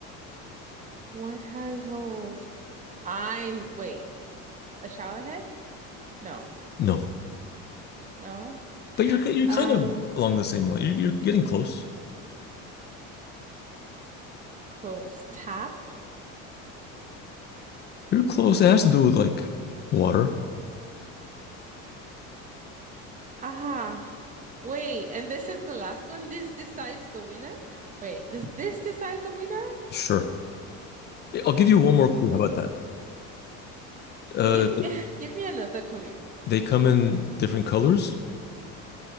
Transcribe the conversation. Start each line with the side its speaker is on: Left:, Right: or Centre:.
Right: what has holes? I, wait, a shower head? No,
Left: No,
Right: no.
Left: but you're, ki- you're kind
Right: Um,
Left: of along the same line. You're, you're getting close.
Right: close tap.
Left: You're close. It has to do with like water.
Right: Ah, wait. And this is the last one. This decides the winner. Wait, does this decide the winner?
Left: Sure. I'll give you one more clue. How about that? Uh,
Right: Give me <laughs> give me another clue
Left: they come in different colors.